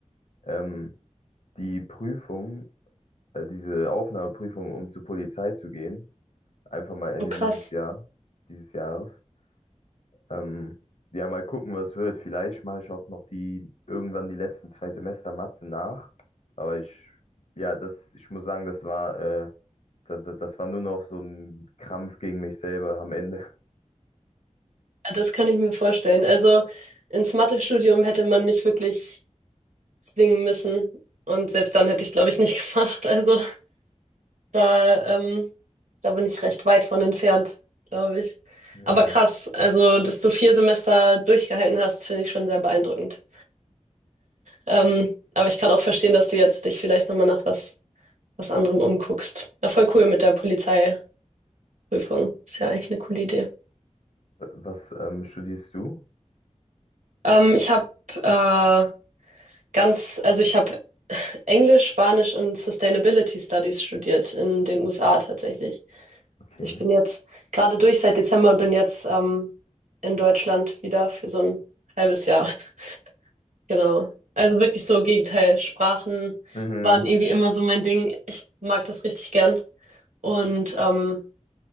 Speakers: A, on the left; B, on the right.
A: ähm, die Prüfung, äh, diese Aufnahmeprüfung, um zur Polizei zu gehen. Einfach mal Ende
B: oh krass.
A: dieses Jahr, dieses Jahres. Ähm, ja, mal gucken, was wird. Vielleicht mache ich auch noch die irgendwann die letzten zwei Semester Mathe nach. Aber ich, ja, das, ich muss sagen, das war, äh, das, das war nur noch so ein Krampf gegen mich selber am Ende.
B: Ja, das kann ich mir vorstellen. Also ins Mathestudium hätte man mich wirklich zwingen müssen und selbst dann hätte ich es, glaube ich, nicht <laughs> gemacht. Also da, ähm, da bin ich recht weit von entfernt, glaube ich.
A: Hm.
B: Aber krass, also dass du vier Semester durchgehalten hast, finde ich schon sehr beeindruckend. Ähm, aber ich kann auch verstehen, dass du jetzt dich vielleicht nochmal nach was, was anderem umguckst. Ja, voll cool mit der Polizeiprüfung. Ist ja eigentlich eine coole Idee.
A: Was ähm, studierst du?
B: Ähm, ich habe äh, ganz, also ich habe Englisch, Spanisch und Sustainability Studies studiert in den USA tatsächlich.
A: Okay.
B: Also ich bin jetzt gerade durch seit Dezember und bin jetzt ähm, in Deutschland wieder für so ein halbes Jahr. <laughs> Genau. Also wirklich so Gegenteil. Sprachen
A: Mhm.
B: waren irgendwie immer so mein Ding. Ich mag das richtig gern. Und ähm,